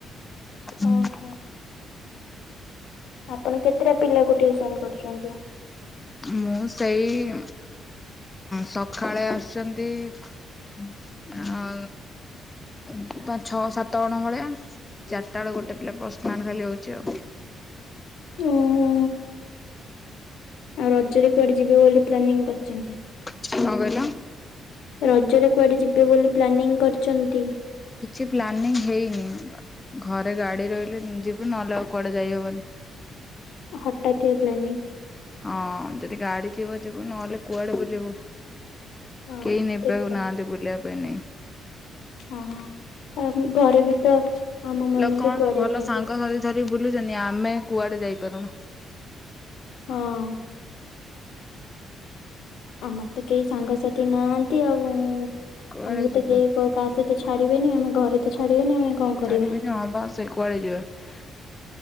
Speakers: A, on the left; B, on the left.
A: ହ
B: ଓହୋ। ଆପଣ କେତେଟା ପିଲାକୁ ଟିଉସନ କରୁ ଛନ୍ତି।
A: ମୁଁ ସେଇ ସକାଳେ ଆସୁଛନ୍ତି ଅ ପାଞ୍ଚ ଛଅ ସାତ ଜଣ ଭଳିଆ ଚା ଚାରିଟା ବେଳେ ଗୋଟେ ପିଲା ପର୍ସନାଲ ଖାଲି ହୋ ଉଚି ଆଉ।
B: ଓହୋ। ଆଉ ରଜରେ କୁଆଡେ ଯିବେ ବୋଲି ପ୍ଲାନିଂ କରିଚନ୍ତି?
A: କଣ କହିଲ?
B: ରଜରେ କୁଆଡେ ଯିବେ ବୋଲି ପ୍ଲାନିଂ କରିଚନ୍ତି?
A: କିଛି ପ୍ଲାନିଂ ହେଇନି ଘରେ ଗାଡି ରହିଲେ ଯିବୁ ନହଲେ ଆଉ କୁଆଡେ ଯାଇହବନି।
B: ହଟାତିଆ ପ୍ଲାନିଂ।
A: ହଁ ଯଦି ଗାଡି ଥିବ ଯିବୁ ନହେଲେ କୁଆଡେ ବୁଲିବୁ ।
B: ହଁ
A: କେହି ନେବାକୁ
B: ଠିକ କଥା।
A: ନାହାନ୍ତି ବୁଲିବା ପାଇଁ ନାଇଁ।
B: ହଁ। ଆମେ ଘରେ ବି ତ ଆମ ମାନଙ୍କୁ
A: ଲୋକମାନେ
B: କୁଆଡେ
A: ସବୁ ଭଲ
B: ଏକାଠି
A: ସାଙ୍ଗସାଥି
B: ଅଛି
A: ଧରି ବୁଲୁଛନ୍ତି ଆମେ କୁଆଡେ ଯାଇପାରୁନୁ।
B: ହଁ। ଆମର ତ କେହି ସାଙ୍ଗସାଥି ନାହାନ୍ତି ଆଉ
A: କୁଆଡେ
B: ଆମକୁ
A: ଯିବୁ।
B: ତ କେହି କ କାହା ସହିତ ତ ଛାଡିବେନି ଆମେ ଘରେ ତ ଛାଡିବେନି ଆମେ କଣ କରିବା
A: ଛାଡ଼ିବେନି ହଁ ବା ସେ କୁଆଡ଼େ ଯିବା।